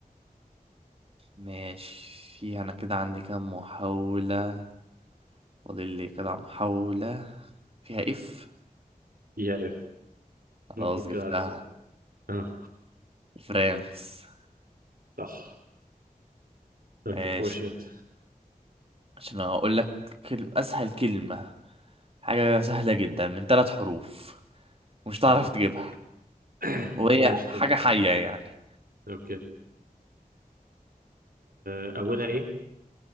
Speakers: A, on the right; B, on the right.
A: ماشي انا كده عندي كام محاولة فاضل لي كده محاولة فيها اف
B: فيها إف
A: خلاص
B: المفروض كده
A: جبتها
B: عرفتها أه
A: فرانس
B: صح طيب
A: ماشي
B: خش أنت
A: عشان اقول لك كلمة اسهل كلمة حاجة سهلة جدا من ثلاث حروف مش تعرف
B: ماشي
A: تجيبها
B: <coughs>
A: وهي
B: ماشي
A: حاجة
B: طب
A: حية يعني
B: أوكي أه أولها إيه؟